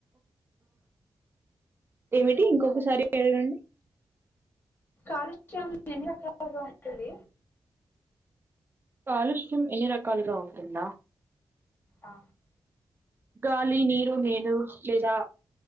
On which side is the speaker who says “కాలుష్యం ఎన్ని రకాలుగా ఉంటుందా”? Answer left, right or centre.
Right